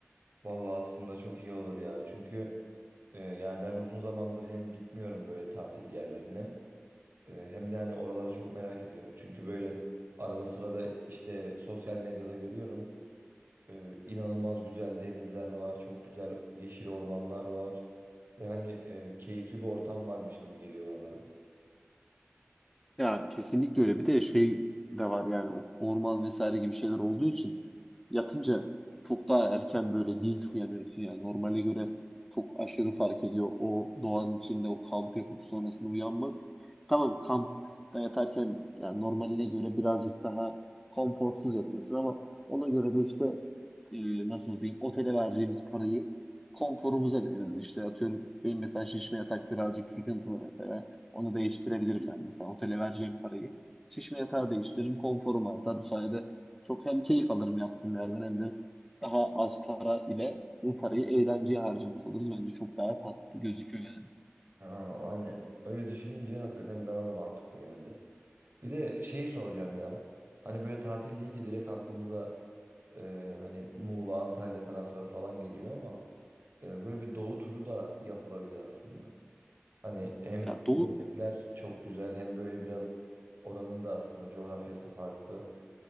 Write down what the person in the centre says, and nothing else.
Ya kesinlikle öyle. Bir de şey de var yani o- orman vesaire gibi şeyler olduğu için yatınca çok daha erken böyle dinç uyanıyorsun yani. Normale göre çok aşırı fark ediyor o doğanın içinde o kamp yapıp sonrasında uyanmak. Tamam kampta yatarken yani normaline göre birazcık daha konforsuz yatıyorsun ama ona göre de işte e, nasıl diyeyim otele vereceğimiz parayı konforumuza veririz. İşte atıyorum benim mesela şişme yatak birazcık sıkıntılı mesela. Onu değiştirebilirim ben mesela otele vereceğim parayı. Şişme yatağı değiştiririm konforum artar. Bu sayede çok hem keyif alırım yaptığım yerden hem de daha az para ile bu parayı eğlenceye harcamış oluruz. Bence çok daha tatlı gözüküyor yani.
Ya Doğu